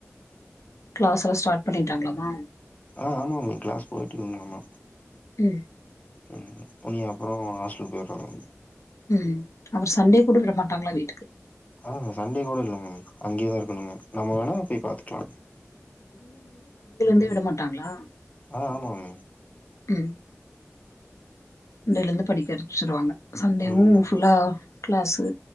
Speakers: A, on the left; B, on the left.
A: கிளாஸ் எல்லா ஸ்டார்ட் பண்ணிட்டாங்களாமா
B: ஆஹ் ஆமாங்கண்ணி கிளாஸ் போயிட்டுதா வந்தானாமா
A: உம்
B: உம் தொன்னி அப்பற ஹாஸ்டல் போய்றதாங்க
A: உம் அவர் சண்டே கூட விட மாட்டாங்களா வே
B: ஆ சண்டே கூட இல்லங்க அங்கேயேதா இருக்காங்க நம்ம வேணா போய் பாத்துக்லா
A: இ விட மாட்டாங்களா
B: ஆஹ் ஆமாங்க
A: உம் இன்னைலருந்து படிக்கிற ச்சுருவாங்க சண்டேவு
B: ம்
A: ஃபுல்லா கிளாஸு